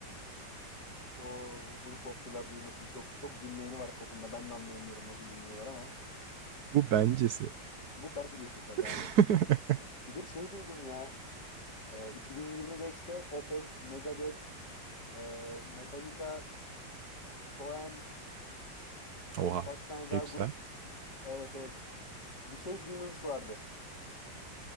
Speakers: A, on the left; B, on the right.
A: O bunu popçular duymasın. Çok çok dinleyeni var popunda. Ben de anlayamıyorum nasıl dinliyorlar ama.
B: Bu bencesi.
A: Bu bencesi tabii
B: <laughs>
A: aynen. Bir de şey duydum ya. e, 2025'te Opeth, Megadeth, e, Metallica, Soen
B: Oha.
A: birkaç tane daha
B: Hepsi
A: grup.
B: ha?
A: Evet evet. Bir şey Demons vardı.